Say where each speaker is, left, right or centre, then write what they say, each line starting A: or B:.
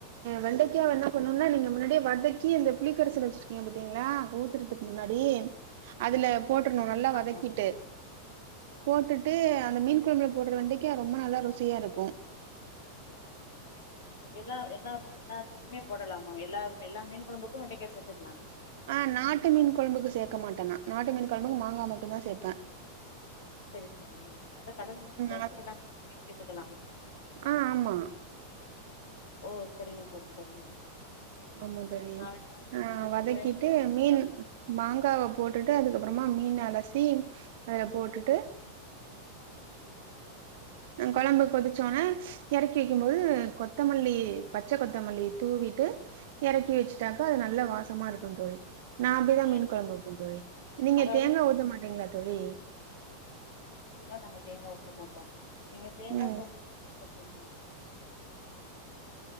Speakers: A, on the right (about 50°); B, on the left (about 55°).
A: வெண்டைக்காவ என்ன பண்ணும்னா நீங்க முன்னாடியே வதக்கி அந்த புளிக்கரசல வச்ச எ பாத்தீங்களா ஊத்துறதுக்கு முன்னாடி அதுல போட்டுறணு நல்லா வதக்கிட்டு
B: ஆமா
A: போட்டுட்டு அந்த மீன் கொழம்புல போடுற வண்டைக்க ரொம்ப நல்லா ரு சியா இருக்கு
B: எல்லா எல்லாமே எல்லாத்துக்குமே போடலாம எல்லா எல்லா மீன் கொழம்புக்கு வெண்டைக்க சேத்து
A: ஆ நாட்டு மீன் கொழம்புக்கு சேக்க மாட்டேனா நாட்டு மீன் கொழம்புக்கு மாங்கா மட்டுந்தா சேப்பே
B: சரி சரி அத கடல் மீன் இல்ல
A: அ
B: எல்லா மீனுமே சேத்துக்கலா
A: ஆ ஆமா
B: ஓ சரிங்க தோழி சரிங்க தோழி
A: ஆமா தோழி
B: நா வேணா
A: ஆ
B: இந்த
A: வதக்கிட்டு
B: முறை நான் பயன்படுத்தி
A: மீன்
B: பார்க்குறேன்
A: மாங்காவ போட்டுட்டு அதுக்கு அப்புறமா மீன் அலசி அதுல போட்டுட்டு ஆ கொழம்பு கொதிச்சோனே எறக்கி வைக்கும்போது கொத்தமல்லி பச்ச கொத்தமல்லி தூவி ட்டு எறக்கி வச்சுட்டாக்க அது நல்ல வாசமா இருக்கு தோழி நா அப்படிதா
B: ஆ
A: மீன் கொழம்பு வைப்பே தோழி நீங்க
B: அதாவது
A: தேங்கா ஊத்த மாட்டீங்களா தோழி
B: நாங்க தேங்கா ஊத்த மாட்டோ நீங்க தேங்கா
A: ம்
B: <unintelligible>